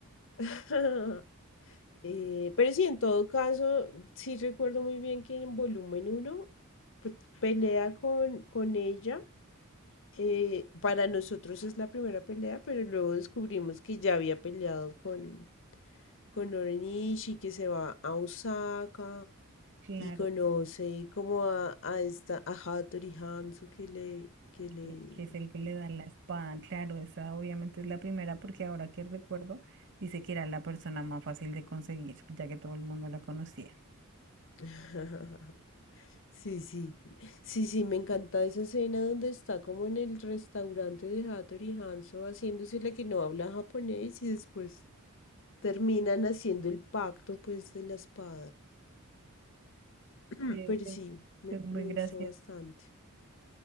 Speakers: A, on the left; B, on the right.
A: <laughs> Eh, pero sí, en todo caso, sí recuerdo muy bien que en volumen 1 pelea con, con ella. eh, para nosotros es la primera pelea, pero luego descubrimos que ya había peleado con, con Orien Ishii, que se va a Osaka.
B: Claro.
A: y conoce como a, a esta, a Hattori Hanzo que le, que le...
B: que que es el que le da la espada. Claro, esa obviamente es la primera porque ahora que recuerdo, dice que era la persona más fácil de conseguir, ya que todo el mundo la conocía.
A: <laughs> Sí, sí, sí, sí, me encanta esa escena donde está como en el restaurante de Hattori Hanzo haciéndose la que no habla japonés y después terminan haciendo el pacto pues de la espada. <clears throat>
B: Eh,
A: Pero
B: Es,
A: sí, me,
B: es muy
A: me
B: gracioso.
A: gustó bastante.